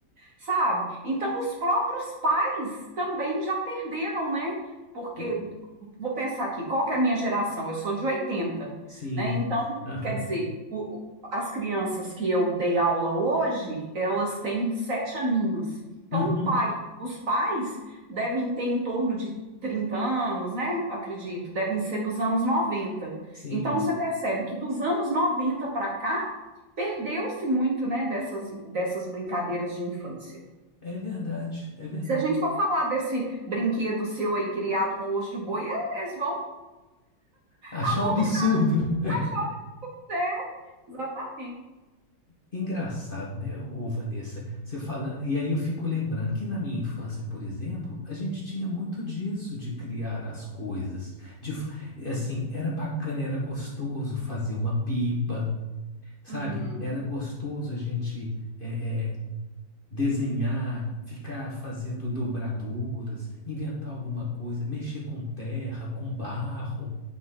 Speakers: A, on the right; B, on the left.
A: Sabe? Então, os próprios pais também já perderam, né? Porque
B: É,
A: vou pensar aqui, qual que é a minha geração? Eu sou de 80,
B: sim.
A: né? Então,
B: Aham.
A: quer dizer, o- o- as crianças que eu dei aula hoje, elas têm sete aninhos. Então,
B: Uhum.
A: o pai, os pais devem ter em torno de 30 anos, né? Acredito, devem ser dos anos 90.
B: Sim.
A: Então, você percebe que dos anos 90 para cá, perdeu-se muito, né, dessas, dessas brincadeiras de infância.
B: É verdade, é verdade.
A: Se a gente for falar desse brinquedo seu aí criado com osso de boi, eles vão
B: Achar
A: abominar
B: um absurdo. né?
A: A jovens, é, exatamente.
B: Engraçado, né, ô Vanessa? Você falando, e aí eu fico lembrando que na minha infância, por exemplo, a gente tinha muito disso de criar as coisas. De, fa- é assim, era bacana, era gostoso fazer uma pipa, sabe?
A: Uhum,
B: Era gostoso a gente é, é, desenhar, ficar fazendo dobraduras, inventar alguma coisa, mexer com terra, com barro.